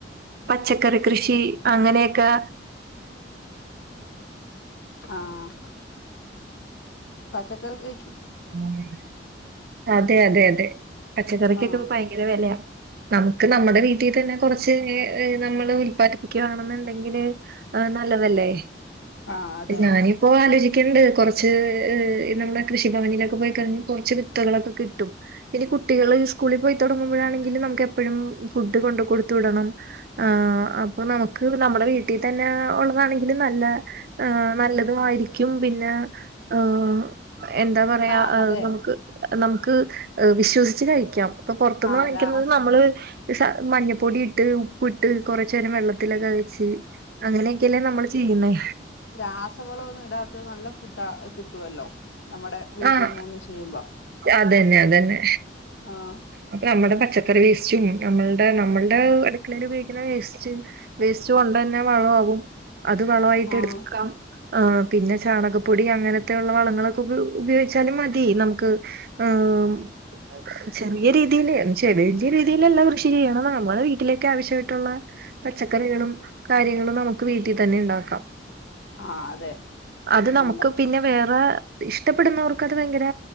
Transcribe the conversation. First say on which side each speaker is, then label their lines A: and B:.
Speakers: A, on the right; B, on the left.
A: പച്ചക്കറി കൃഷി അങ്ങനേക്കെ
B: ആഹ് പച്ചക്കറിക്കെ
A: <inaudible> അതെ അതെ അതെ പച്ചക്കറിക്കൊക്കെ
B: ആഹ്
A: ഇപ്പ ഭയങ്കര വെലയാ നമുക്ക് നമ്മടെ വീട്ടിതന്നെ കൊറച്ച് <unintelligible> നമ്മള് ഉല്പാദിപ്പിക്യാണെന്നുണ്ടെങ്കില് ആഹ്‌ നല്ലതല്ലേ.
B: ആഹ് അതെ
A: ഞാനിപ്പോ ആലോചിക്ക്ണ്ട്, കൊറച്ച് ഈ നമ്മളെ കൃഷിഭവനിലൊക്കെ പോയി കഴിഞ്ഞ് കൊറച്ച് വിത്തുകളൊക്കെ കിട്ടും. പിന്നെ കുട്ടികള് സ്കൂളിൽ പോയി തോടങ്ങുമ്പോഴാണങ്കില് നമുക്ക് എപ്പഴും ഫുഡ് കൊണ്ട് കൊട്ത്ത് വിടണം ആഹ് അപ്പൊ നമുക്ക് നമ്മടെ വീട്ടിതന്നെ ഉള്ളതാണെങ്കിലും നല്ല ആഹ് നല്ലതുവായിക്ക്യും. പിന്നെ ഏഹ് എന്താ പറയാ
B: ആഹ്
A: ഏഹ്
B: അതെ
A: നമുക്ക് നമുക്ക് വിശ്വസിച്ച് കഴിക്ക്യാം. ഇപ്പൊ പൊർത്ത്ന്ന്
B: ആഹ്
A: വാങ്ങിക്കുന്നത്
B: രാസ്
A: നമ്മള് ര്‌സ മഞ്ഞപ്പൊടിട്ട് ഉപ്പിട്ട് കൊറച്ചേരം വെള്ളത്തിലൊക്കെ വെച്ച് അങ്ങനെയൊക്കെയല്ലേ നമ്മള് ചെയ്യുന്നേ
B: രാസവളോന്നും ഇടാത്തത് നല്ല ഫുഡ് ആ കിട്ടുവല്ലോ നമ്മടെ വീട്ടിന്നന്നെ
A: ആഹ്
B: ചെയ്യുമ്പോ.
A: അതന്നെ അതന്നെ
B: ആഹ്
A: അപ്പൊ നമ്മടെ പച്ചക്കറി വേസ്റ്റും നമ്മളുടെ നമ്മളുടെ അടുക്കളേല് ഉപയോഗിക്കുന്ന വേസ്റ്റ് വേസ്റ്റ് കൊണ്ടന്നെ വളാകും. അത് വളമായിട്ട്
B: ആഹ്
A: എടുക്കാം ആഹ്, പിന്നെ ചാണകപ്പൊടി അങ്ങനത്തെ ഉള്ള വളങ്ങളൊക്കെ ഉപ ഉപയോഗിച്ചാലും മതി നമുക്ക് ആഹ് <unintelligible> ചെറിയ രീതില് ചെറിയ രീതില്ള്ള കൃഷി ചെയ്യണം നമ്മളെ വീട്ടിലൊക്കെ ആവശ്യയിട്ടുള്ള പച്ചക്കറികളും കാര്യങ്ങളും നമുക്ക് വീട്ടി തന്നെ ഉണ്ടാക്കാം.
B: ആഹ് അതെ
A: അത്
B: ഇപ്പം
A: നമുക്ക് പിന്നെ വേറെ ഇഷ്ടപ്പെടുന്നവർക്ക് അത് ഭയങ്കര